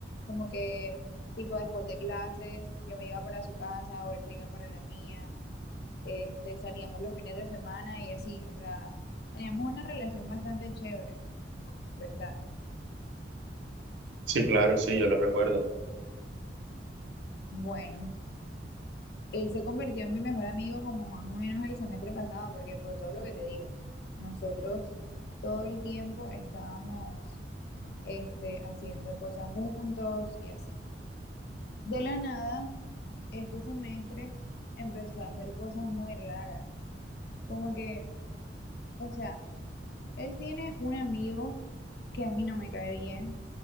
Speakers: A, on the left (about 60°); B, on the right (about 85°).
A: como que tipo después de clases, yo me iba para su casa o él se iba para la mía. Este, salíamos los fines de semana y así, o sea, teníamos una relación bastante chévere, ¿verdad?
B: Sí, claro, sí, yo lo recuerdo.
A: Bueno, Él se convirtió en mi mejor amigo como más o menos el semestre pasado, porque por todo lo que te digo, nosotros todo el tiempo estábamos este, haciendo cosas juntos y así. De la nada, este semestre empezó a hacer cosas muy raras, como que, o sea, él tiene un amigo que a mí no me cae bien